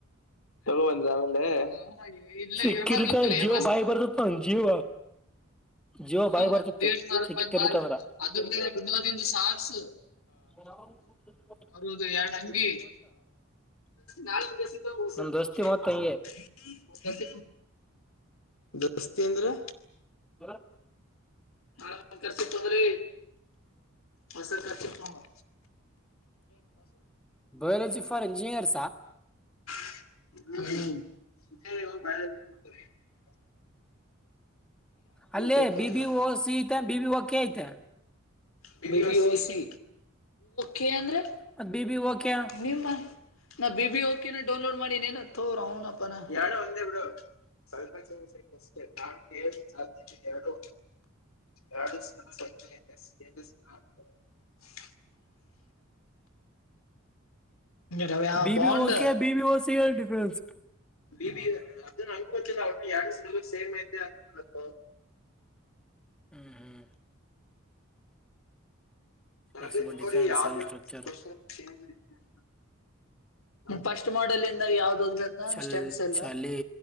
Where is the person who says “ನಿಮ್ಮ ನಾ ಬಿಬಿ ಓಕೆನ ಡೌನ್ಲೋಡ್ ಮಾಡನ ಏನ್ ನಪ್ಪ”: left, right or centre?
Left